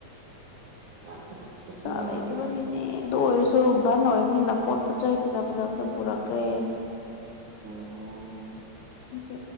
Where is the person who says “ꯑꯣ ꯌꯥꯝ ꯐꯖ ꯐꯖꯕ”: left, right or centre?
Right